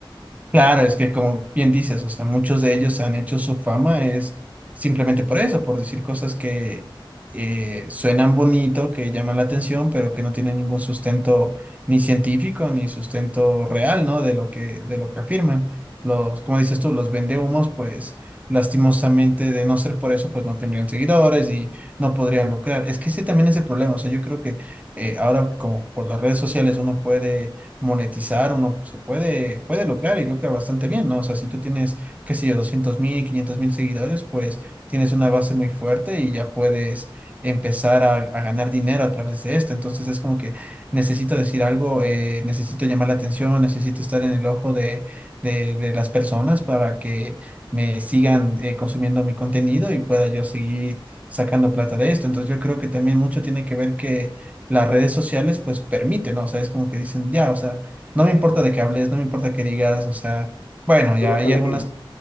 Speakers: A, on the right (about 15°); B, on the left (about 75°).
A: Claro, es que como bien dices, o sea, muchos de ellos han hecho su fama es simplemente por eso, por decir cosas que eh, suenan bonito, que llaman la atención, pero que no tienen ningún sustento ni científico ni sustento real, ¿no? De lo que de lo que afirman. Los, como dices tú, los vendehumos, pues lastimosamente de no ser por eso, pues no tendrían seguidores y no podrían lucrar. Es que ese también es el problema, o sea, yo creo que eh, ahora como por las redes sociales uno puede monetizar, uno se puede, puede lucrar y lucra bastante bien, ¿no? O sea, si tú tienes, qué sé yo, doscientos mil, quinientos mil seguidores, pues tienes una base muy fuerte y ya puedes empezar a, a ganar dinero a través de esto. Entonces es como que necesito decir algo, eh, necesito llamar la atención, necesito estar en el ojo de, de, de las personas para que me sigan eh, consumiendo mi contenido y pueda yo seguir sacando plata de esto. Entonces yo creo que también mucho tiene que ver que las redes sociales pues permiten, ¿no? O sea, es como que dicen, ya, o sea, no me importa de qué hables, no me importa qué digas, o sea, bueno, ya
B: Solo ojalá
A: hay algunas,
B: gente.